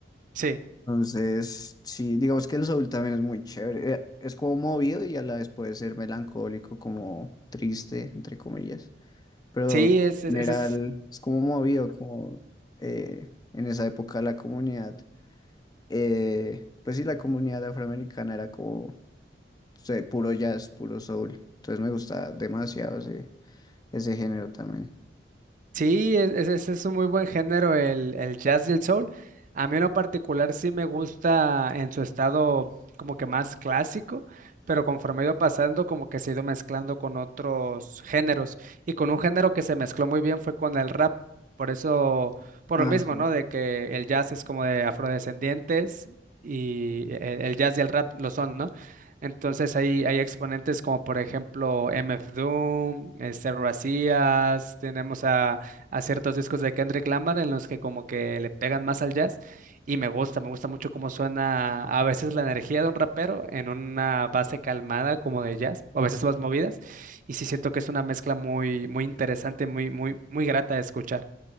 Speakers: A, on the right (about 45°); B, on the left (about 20°).
A: sí. Sí,
B: Entonces, sí, digamos que el soul también es muy chévere. eh, Es como movido y a la vez puede ser melancólico, como triste, entre comillas. Pero
A: sí,
B: en
A: es, es,
B: general
A: es,
B: es como movido, como eh, en esa época la comunidad, eh, pues sí, la comunidad afroamericana era como sí, puro jazz, puro soul. Entonces me gusta demasiado ese, ese género también.
A: Sí, es- es- ese es un muy buen género, el, el jazz y el soul. A mí en lo particular sí me gusta en su estado como que más clásico, pero conforme ha ido pasando como que se ha ido mezclando con otros géneros. Y con un género que se mezcló muy bien fue con el rap. Por eso, por
B: Ah,
A: lo mismo,
B: sí.
A: ¿no? De que el jazz es como de afrodescendientes y el, el jazz y el rap lo son, ¿no? Entonces hay, hay exponentes como por ejemplo MF Doom, este Razías, tenemos a a ciertos discos de Kendrick Lamar en los que como que le pegan más al jazz y me gusta, me gusta mucho cómo suena a veces la energía de un rapero en una base calmada como de jazz o a veces más movidas y sí siento que es una mezcla muy muy interesante, muy muy muy grata de escuchar.